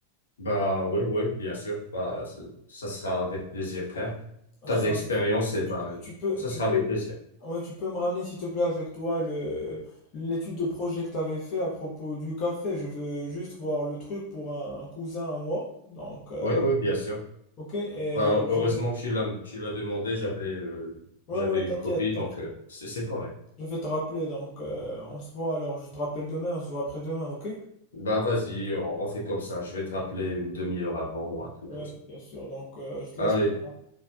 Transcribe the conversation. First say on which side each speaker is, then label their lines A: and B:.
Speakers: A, on the left; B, on the left.
A: Bah oui, oui, bien sûr. Bah, c- ça sera avec plaisir, frère.
B: <laughs>
A: T'as
B: Ça,
A: de l'expérience et bah,
B: tu peux, tu peux,
A: ça
B: tu
A: sera
B: peux,
A: avec plaisir.
B: ouais, tu peux me ramener, s'il te plaît, avec toi, le, l'étude de projet que t'avais fait à propos du café. Je veux juste voir le truc pour un, un cousin à moi. Donc, euh,
A: Oui, oui, bien sûr.
B: ok, et
A: Bah, heureusement
B: je vais
A: que tu l'as, tu l'as demandé. J'avais, euh,
B: Ouais,
A: j'avais
B: ouais, t'inquiète,
A: une copie,
B: t'inquiète.
A: donc euh, c'est c'est correct.
B: Je vais te rappeler, donc euh, on se voit alors, je te rappelle demain, on se voit après-demain, ok?
A: Bah vas-y, on, on fait comme ça. Je vais te rappeler une demi-heure avant ou un truc
B: Ouais,
A: comme ça.
B: bien sûr, donc euh, je te
A: Allez,
B: laisse maintenant.